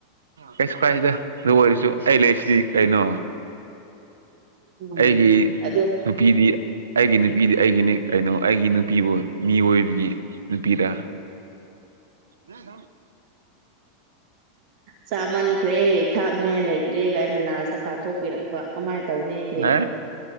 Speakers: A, on the right; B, on the right.
A: ꯀꯩꯁꯨ ꯀꯥꯏꯁꯤꯗ ꯑꯗꯨ ꯑꯣꯏꯔꯁꯨ ꯑꯩ ꯂꯩꯔꯤꯁꯤꯗꯤ ꯀꯩꯅꯣ
B: ꯎꯝ
A: ꯑꯩꯒꯤ
B: ꯑꯗꯣ
A: ꯅꯨꯄꯤꯗꯤ ꯑꯩꯒꯤ ꯅꯨꯄꯤꯗꯤ ꯑꯩꯒꯤꯅꯤ ꯀꯩꯅꯣ ꯑꯩꯒꯤ ꯅꯨꯄꯤꯕꯨ ꯃꯤꯑꯣꯏꯕꯒꯤ ꯅꯨꯄꯤꯗ ꯃ ꯊ
B: ꯆꯥꯃꯟꯈ꯭ꯔꯦ ꯊꯥꯛꯅꯤꯉꯥꯏ ꯂꯩꯇ꯭ꯔꯦ ꯀꯥꯏꯅ ꯂꯥꯁꯇ ꯇꯥꯟꯊꯣꯛꯄꯤꯔꯛꯄ ꯀꯃꯥꯏꯅ ꯇꯧꯅꯤ ꯑꯩꯗꯤ
A: ꯑ